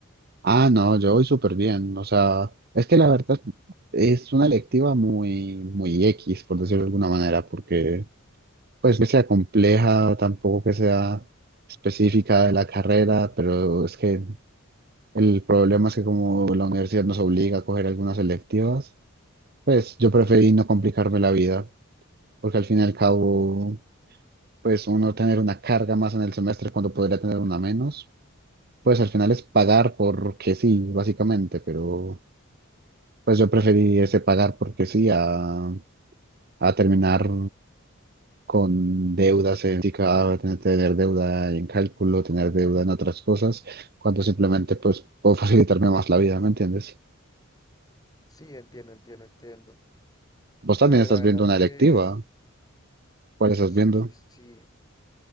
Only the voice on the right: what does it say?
Ah, no, yo voy súper bien. O sea, es que la verdad es una electiva muy, muy X, por decirlo de alguna manera, porque pues que sea compleja, tampoco que sea específica de la carrera, pero es que el problema es que como la universidad nos obliga a coger algunas electivas, pues yo preferí no complicarme la vida, porque al fin y al cabo, pues uno tener una carga más en el semestre cuando podría tener una menos, pues al final es pagar porque sí, básicamente, pero... Pues yo preferiría ese pagar porque sí, a, a terminar con deudas en física, tener tener deuda en cálculo, tener deuda en otras cosas, cuando simplemente pues puedo <laughs> facilitarme más la vida, ¿me entiendes?
Vos
también estás
viendo una
electiva.
¿Cuál estás
viendo?